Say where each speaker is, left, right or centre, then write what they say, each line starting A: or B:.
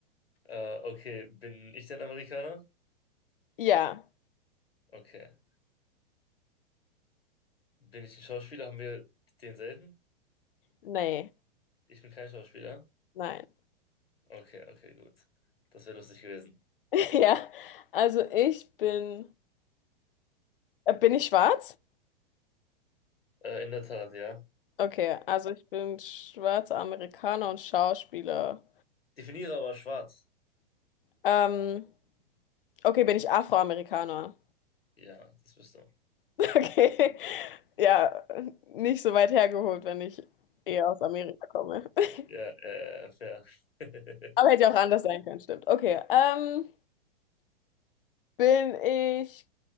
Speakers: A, on the left; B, on the left.
A: Äh, okay, bin ich denn Amerikaner?
B: Ja.
A: Okay. Bin ich ein Schauspieler? Haben wir denselben?
B: Nee.
A: Ich bin kein Schauspieler.
B: Nein.
A: Okay, okay, gut. Das wäre lustig gewesen.
B: <laughs> Ja. Also ich bin. Äh, bin ich schwarz?
A: Äh, in der Tat, ja.
B: Okay. Also ich bin schwarzer Amerikaner und Schauspieler.
A: Definiere aber schwarz.
B: Ähm, okay, bin ich Afroamerikaner?
A: Ja, das bist du.
B: <laughs> Okay. Ja, nicht so weit hergeholt, wenn ich eher aus Amerika komme. <laughs>
A: Ja, äh, fair. <laughs>
B: Aber hätte ja auch anders sein können, stimmt. Okay. Ähm, bin ich